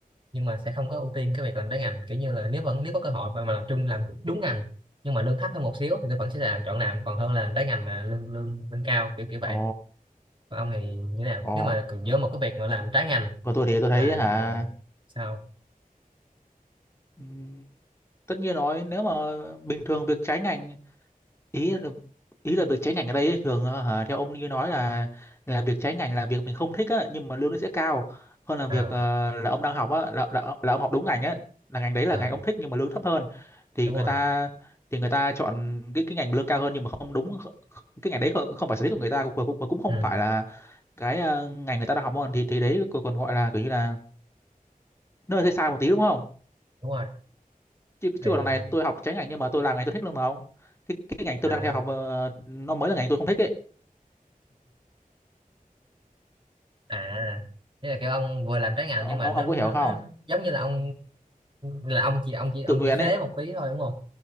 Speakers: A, on the right; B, on the left.
A: nhưng mà sẽ không có ưu tiên cái việc làm trái ngành kiểu như là nếu vẫn nếu có cơ hội mà mà làm chung làm đúng ngành nhưng mà lương thấp hơn một xíu thì tôi vẫn sẽ làm chọn làm còn hơn là làm trái ngành mà lương lương lương cao kiểu kiểu vậy
B: ồ
A: còn ông thì như thế nào
B: ồ
A: nếu mà cứ giữa một cái việc mà
B: còn
A: làm trái ngành
B: còn tôi thì tôi thấy
A: mà
B: hả
A: sao
B: ừ, tất nhiên nói nếu mà bình thường việc trái ngành ý ý là việc trái ngành ở đây ấy, thường ờ, hả, theo ông như nói là là việc trái ngành là việc mình không thích á nhưng mà lương nó sẽ cao hơn là việc
A: à,
B: ờ, là ông đang học á là, là là ông học đúng ngành á là ngành đấy là
A: à
B: ngành ông thích nhưng mà lương thấp hơn thì
A: đúng
B: người
A: rồi
B: ta thì người ta chọn cái cái ngành lương cao hơn nhưng mà không đúng kh- kh- cái ngành đấy không, không phải sở thích của người ta cũng cũng, cũng không
A: ừ,
B: phải là cái ờ, ngành người ta đang học hơn thì thì đấy còn còn gọi là kiểu như là nơi sai sai một tí đúng không
A: đúng rồi
B: chứ chứ
A: thì
B: còn đằng này tôi học trái ngành nhưng mà tôi làm ngành tôi thích luôn mà ông cái cái ngành tôi
A: à,
B: đang theo học ờ, nó mới là ngành tôi không thích ấy
A: à thế là kiểu ông vừa làm trái ngành
B: ông
A: nhưng mà
B: ông
A: nó
B: ông
A: nó
B: có hiểu không
A: nó nó giống như là ông là ông chỉ ông chỉ ông
B: tự nguyện
A: chỉ phế
B: ấy
A: một phí thôi đúng không